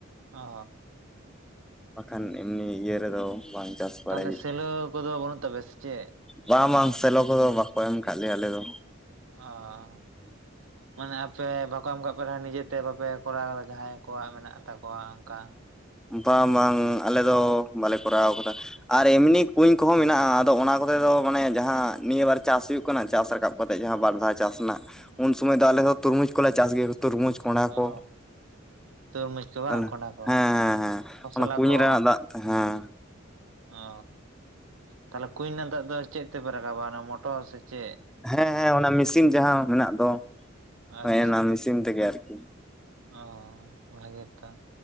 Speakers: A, on the right (about 80°); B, in the centre.
A: ᱚᱻ ᱾
B: ᱵᱟᱠᱷᱟᱱ ᱮᱢᱱᱤ ᱤᱭᱟᱹ ᱨᱮᱫᱚ ᱵᱟᱝ ᱪᱟᱥ ᱵᱟᱲᱟᱭ
A: ᱛᱟᱦᱚᱞᱮ
B: ᱦᱩᱭᱩᱜ
A: ᱥᱮᱞᱚ
B: ᱜᱮᱭᱟ᱾
A: ᱠᱚᱫᱚ ᱵᱟᱹᱱᱩᱜ ᱛᱟᱯᱮᱭᱟ ᱥᱮ ᱪᱮᱫ?
B: ᱵᱟᱝ ᱵᱟᱝ ᱥᱮᱞᱚ ᱠᱚᱫᱚ ᱵᱟᱠᱚ ᱮᱢ ᱟᱠᱟᱫ ᱞᱮᱭᱟ ᱟᱞᱮ ᱫᱚ᱾
A: ᱟᱻ
B: <inaudible>
A: ᱢᱟᱱᱮ ᱟᱯᱮ ᱵᱟᱠᱚ ᱮᱢ ᱠᱟᱜ ᱯᱮ ᱨᱮ ᱱᱤᱡᱮᱛᱮ ᱵᱟᱯᱮ ᱠᱚᱨᱟᱣ ᱫᱟ ᱡᱟᱦᱟᱸᱭ ᱠᱚᱣᱟᱜ ᱢᱮᱱᱟᱜ ᱛᱟᱠᱚᱣᱟ ᱚᱱᱠᱟ᱾
B: ᱵᱟ ᱵᱟᱝ ᱟᱞᱮ ᱫᱚ ᱵᱟᱞᱮ ᱠᱚᱨᱟᱣ ᱠᱟᱫᱟ᱾ ᱟᱨ ᱮᱢᱱᱤ ᱠᱩᱧ ᱠᱚᱦᱚᱸ ᱢᱮᱱᱟᱜᱼᱟ᱾ ᱟᱫᱚ ᱚᱱᱟ ᱠᱚᱛᱮ ᱫᱚ ᱢᱟᱱᱮ ᱡᱟᱦᱟᱸ ᱱᱤᱭᱟᱹ ᱵᱟᱨ ᱪᱟᱥ ᱦᱩᱭᱩᱜ ᱠᱟᱱᱟ ᱪᱟᱥ ᱨᱟᱠᱟᱵ ᱡᱟᱦᱟᱸ
A: ᱦᱮᱸ
B: ᱵᱟᱨ ᱫᱷᱟᱣ ᱪᱟᱥ ᱱᱟᱜ ᱩᱱ ᱥᱚᱢᱚᱭ ᱫᱚ ᱟᱞᱮ ᱦᱚᱸ ᱛᱩᱨᱢᱩᱡᱽ ᱠᱚᱞᱮ ᱪᱟᱥ ᱜᱮᱭᱟ ᱛᱩᱨᱢᱩ ᱠᱚᱸᱰᱦᱟ ᱠᱚ
A: ᱚ ᱛᱩᱨᱢᱩᱡᱽ ᱠᱚ ᱵᱟᱝ
B: ᱟᱞᱮ
A: ᱠᱚᱸᱰᱷᱟ ᱠᱚ
B: ᱦᱮᱸ ᱦᱮᱸ᱾ ᱦᱮᱸ
A: ᱠᱷᱚᱥᱞᱟ
B: ᱚᱱᱟ ᱠᱩᱧ
A: ᱠᱚ
B: ᱨᱮᱱᱟᱜ ᱫᱟᱜ ᱛᱮ ᱦᱮᱸ᱾
A: ᱚ ᱛᱟᱦᱞᱮ ᱠᱩᱧ ᱨᱮᱱᱟᱜ ᱫᱟᱜ ᱫᱚ ᱪᱮᱫ ᱛᱮᱯᱮ ᱨᱟᱠᱟᱵᱟ ᱚᱱᱟ ᱢᱚᱴᱚᱨ ᱥᱮ ᱪᱮᱫ?
B: ᱦᱮᱸ ᱦᱮᱸ ᱚᱱᱟ ᱢᱮᱥᱤᱱ ᱡᱟᱦᱟᱸ ᱢᱮᱱᱟᱜ ᱫᱚ
A: ᱟᱪᱪᱷᱟ
B: ᱦᱳᱭ ᱚᱱᱟ ᱢᱮᱥᱤᱱ ᱛᱮᱜᱮ ᱟᱨᱠᱤ᱾
A: ᱚ ᱵᱷᱟᱜᱤ ᱛᱚ